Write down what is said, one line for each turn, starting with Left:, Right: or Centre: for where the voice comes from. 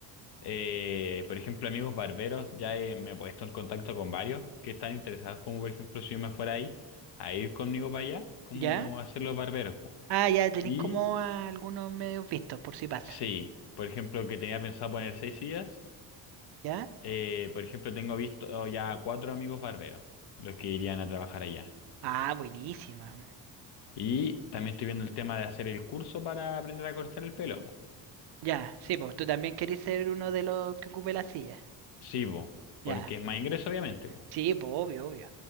Left: Eh, por ejemplo, amigos barberos, ya he- me he puesto en contacto con varios que están interesados, como por ejemplo, si yo me fuera ahí, a ir conmigo para allá, como
Right: ¿Ya?
Left: hacer los barberos. po.
Right: Ah, ya, tenéis
Left: Y
Right: como a algunos medios vistos, por si pasa.
Left: sí, por ejemplo, que tenía pensado poner seis sillas,
Right: ¿Ya?
Left: eh, por ejemplo, tengo visto ya cuatro amigos barberos, los que irían a trabajar allá.
Right: Ah, buenísima.
Left: Y también estoy viendo el tema de hacer el curso para aprender a cortar el pelo, po.
Right: Ya, sí, po. Tú también querés ser uno de los que ocupe la silla.
Left: Sí, po,
Right: Ya.
Left: porque es más ingreso, obviamente, po,
Right: Sí, po, obvio, obvio.